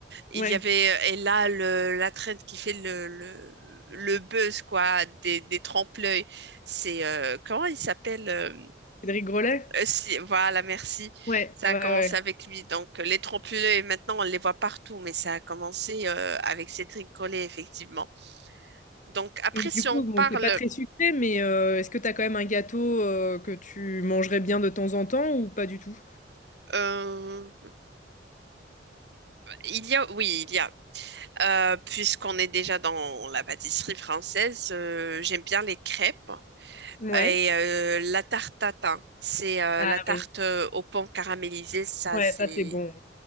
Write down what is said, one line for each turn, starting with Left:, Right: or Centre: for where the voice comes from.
Right: il
Left: Ouais.
Right: y avait euh, et là le, la trend qui fait le, le, le buzz quoi des, des trempe-l'œil c'est euh, comment il s'appelle euh,
Left: Cédric Grolet?
Right: euh, si- voilà merci
Left: Ouais,
Right: ça
Left: ouais,
Right: a commencé
Left: ouais.
Right: avec lui donc euh, les trempe-l'œil maintenant on les voit partout mais ça a commencé euh, avec Cédric Collet effectivement donc après
Left: Mais
Right: si
Left: du coup,
Right: on parle
Left: bon, t'es pas très sucré, mais euh, est-ce que t'as quand même un gâteau euh, que tu mangerais bien de temps en temps ou pas du tout?
Right: euh, il y a oui il y a Euh, puisqu'on est déjà dans la pâtisserie française euh, j'aime bien les crêpes
Left: Ouais.
Right: Et euh, la tarte tatin, c'est euh,
Left: Ah
Right: la tarte
Left: oui.
Right: euh, aux pommes caramélisées, ça
Left: Ouais,
Right: c'est
Left: ça c'est bon.